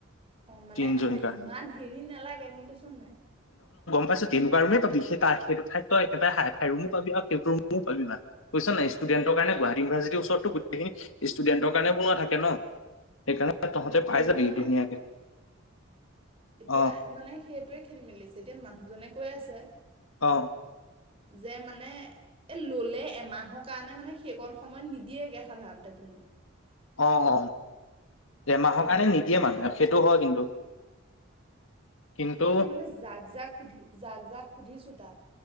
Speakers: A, on the right; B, on the left.
A: অ মানে
B: তিনিজনীৰ
A: আমাৰ
B: কাৰণে
A: ইমান হেৰি নালাগে গম পাইছ নাই।
B: পিছো তেনেকুৱা ৰোমে পাবি ত সেইটো ঠাই ত‌ই এটা হাইফাই ৰোমো পাবি সেইটো ৰোম ৰোমো পাবি না বুজিছ নাই ইষ্টুডেন্টৰ কাৰণে
A: অ
B: গুৱাহাটী ইউনিৰ্চিটিৰ ওচৰতো গোটেই খিনি ষ্টুডেণ্ট কাৰণে বনোৱা থাকে ন। সেইকাৰণে
A: অ
B: তহঁতে
A: কিন্তু
B: পাই যাবি
A: মানে
B: ধুনীয়াকে।
A: এতিয়া
B: অ
A: মানে সেইটোৱে খেলি মেলিছে এতিয়া মানুহজনে কৈ আছে
B: অ
A: যে মানে এ ললে এমাহৰ কাৰণে মানে সেইকণ সময় নিদিয়েগে সাধাৰণতে ক
B: অ অ এমাহৰ
A: এতিয়া
B: কাৰণে নিদিয়ে
A: সেইটোও
B: মানুহে
A: নাজানো
B: সেইটো
A: কি
B: হয় কিন্তু। কিন্তু
A: এতিয়া মানে জাক- জাক সুধ জাক জাক সুধিছো তাত